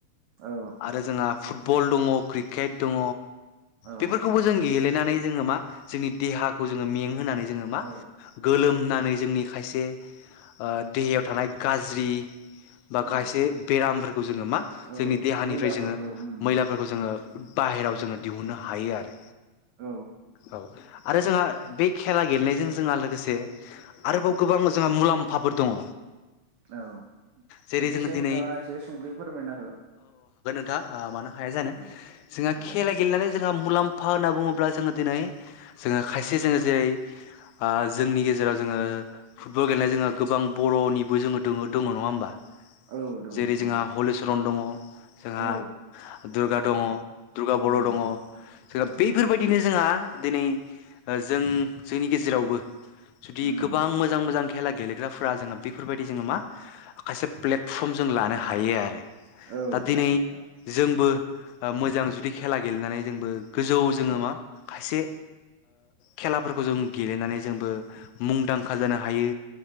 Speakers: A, on the right; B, on the left.
A: औ
B: आरो जोंहा फुटबल दङ क्रिकेट दङ
A: औ
B: बेफोरखौबो जों गेलेनानै जोङो मा जोंनि देहाखौ जोङो मेंहोनानै जोङो मा
A: औ
B: गोलोमनानै जों आंनि खायसे ओ देहायाव थानाय गाज्रि बा
A: उम
B: खायसे बेरामफोरखौ जोङो मा
A: औ
B: जोंनि देहानिफ्राय
A: मैलाफोरखौ
B: जोङो
A: उम
B: मैलाफोरखौ जोङो बाहेरायाव जोङो दिहुनो हायो आरो
A: औ
B: औ आरो जोंहा बे खेला गेलेनायजों जोंहा लोगोसे आरोबाव
A: उम
B: गोबां जोंहा मुलाम्फाफोर दङ
A: औ
B: जेरै
A: बेनि
B: जोङो
A: सायाव
B: दिनै
A: नोंथाङा एसे सुंदयै फोरमायना हो
B: दा आ मानो हाया जानो
A: उम
B: जोंहा खेला
A: दे
B: गेलेनानै जोंहा मुलाम्फा होन्ना बुङोब्ला जोङो दिनै जोङो खायसे जोङो जेरै जोंनि गेजेराव जोङो फुटबल गेलेनाय जोंहा गोबां बर'निबो जोङो दोङो दोङो नङा होमबा
A: औ दं
B: जेरै
A: नोंथां
B: जोंहा
A: दं
B: हलिचरन दङ जोंहा
A: औ
B: दुर्गा दङ दुर्गा बर'
A: उम
B: दङ जोंहा
A: उम
B: बैफोरबायदिनो जोंहा दिनै जों जोंनि गेजे रावबो जुदि
A: उम
B: गोबां मोजां मोजां खेला गेलेग्राफ्रा जोङो बेफोरबायदि जोङो मा खायसे प्लेटफर्म जों लानो हायो आरो
A: औ
B: दा दिनै
A: हायो नोंथां
B: जोंबो मोजां जुदि खेला गेलेनानै जोंबो गोजौ जोङो
A: औ
B: मा खायसे खेलाफोरखौ जों गेलेनानै जोंबो मुंदांखा जानो हायो